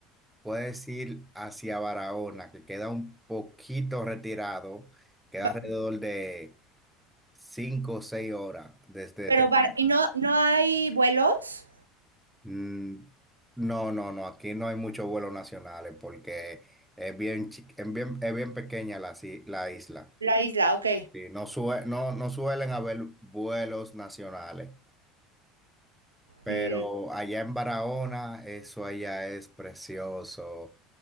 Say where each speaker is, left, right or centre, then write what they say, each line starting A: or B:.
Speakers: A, in the centre; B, on the right.
A: Puedes ir hacia Barahona, que queda un poquito retirado, queda
B: Ba-
A: alrededor de 5 o 6 horas desde
B: Pero,
A: Tequil.
B: bar- ¿y no, no hay vuelos?
A: Mm, no, no, no, aquí no hay muchos vuelos nacionales porque es bien, chi- es bien, es bien pequeña la, si- la isla.
B: La isla, ok.
A: Sí, no, sue- no, no suelen haber vuelos nacionales, pero
B: Mm,
A: allá en Barahona, eso allá es precioso.